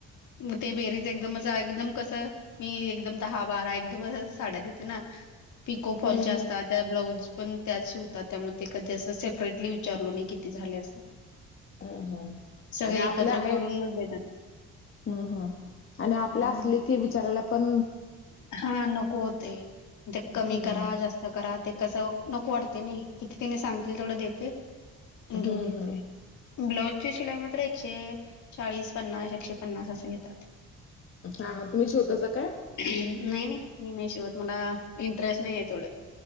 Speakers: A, on the left; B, on the left.
A: ग ते बेरीज एकदम असं एकदम कसं <inaudible> मी एकदम दहा बारा, एकदमच साड्या देते ना. पिको फॉलच्या
B: हम्म हम्म
A: असतात त्या, ब्लाउज पण त्या होतात त्यामध्ये. कधी असं सेपरेटली? विचारलो नाही किती झाले असं <inaudible>
B: अम हम
A: सगळे
B: आणि आपले
A: एकत्र
B: आहे
A: करूनच
B: <inaudible>
A: देतात.
B: हम्म, हम्, आणि
A: हं.
B: आपल्या असले की विचारायला पण.
A: हा नकोते ते
B: हम्म
A: कमी करा जास्त <inaudible> करा, ते कसं? नको वाटते नाही, किती तिने सांगतील, तेवढं देते. घेऊन
B: हम्म
A: येते
B: हम्म
A: <inaudible> ब्लाऊज ची शिलाई मात्र एकशे चाळीस, पन्नास, एकशे पन्नास असे घेतात.
B: हा हा तुम्ही शेवतासा काय <inaudible>
A: नाही, नाही. मी नाही शिवत. मला इंटरेस्ट नाही आहे तेवढं,